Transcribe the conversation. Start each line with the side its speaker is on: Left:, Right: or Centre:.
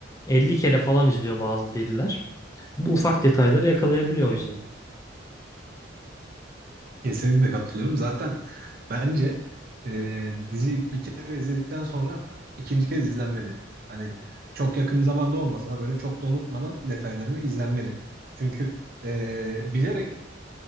Left: 50 kere falan izliyor bazı deliler. Bu ufak detayları yakalayabiliyor o yüzden.
Right: Kesinlikle katılıyorum. Zaten bence e, dizi bir kere izledikten sonra ikinci kez izlenmeli. Hani çok yakın bir zamanda olmasa da böyle çok da unutmadan detaylarını izlenmeli. Çünkü e, bilerek